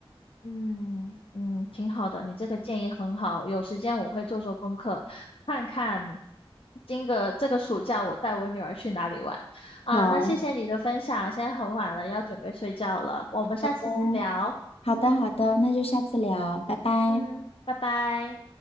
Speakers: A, on the left; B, on the left.
A: 嗯嗯，挺好的，你这个建议很好。有时间我会做做功课，看看今个这个暑假我带我女儿去哪里玩啊。
B: 好
A: 那谢谢你的分享，现在很晚了，要准备睡觉了，我们下次再聊。
B: 哦，好的，好的，那就下次聊，拜拜。
A: 嗯，拜拜。